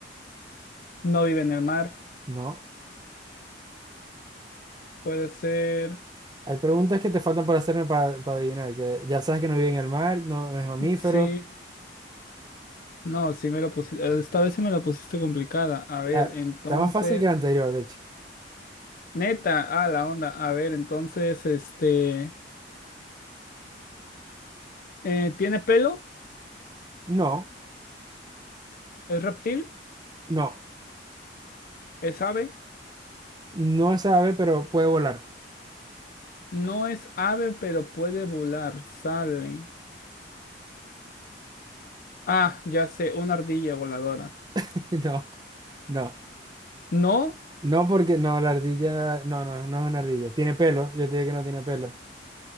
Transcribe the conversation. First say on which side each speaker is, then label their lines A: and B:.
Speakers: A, on the left; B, on the right.
A: No vive en el mar.
B: no.
A: Puede ser.
B: Hay preguntas que te faltan por hacerme para adivinar, que ya sabes que no vive en el mar, no, no es mamífero.
A: Sí. No, sí me la pusiste, esta vez sí me la pusiste complicada. A
B: La-
A: ver, entonces,
B: está más fácil que la anterior, de hecho.
A: neta, ah, la onda. A ver, entonces, este, eh, ¿tiene pelo?
B: No,
A: ¿Es reptil?
B: no,
A: ¿Es ave?
B: no es ave, pero puede volar.
A: No es ave, pero puede volar, sale. Ah, ya sé, una ardilla voladora.
B: <laughs> No, no.
A: No,
B: No, porque no, la ardilla, no, no, no es una ardilla. Tiene pelo, yo te dije que no tiene pelo.